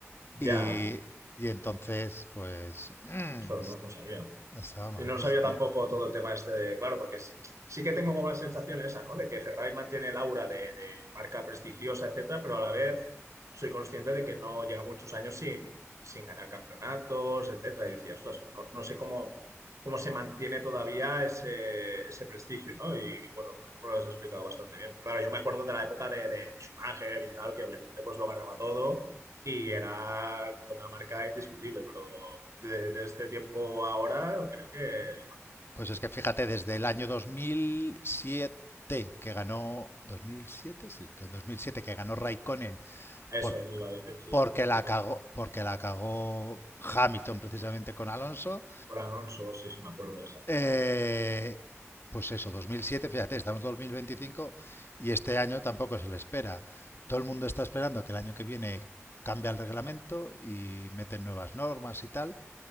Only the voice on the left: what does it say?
y, y entonces, pues, mm,
estaba mal
visto.
Pues es que fíjate, desde el año 2007 que ganó, 2007, sí, que en 2007 que ganó Raikkonen
por,
porque
la
cagó, porque la cagó Hamilton precisamente con Alonso.
eh,
pues eso, 2007, fíjate, estamos en 2025 y este año tampoco se le espera. Todo el mundo está esperando que el año que viene cambie el reglamento y meten nuevas normas y tal.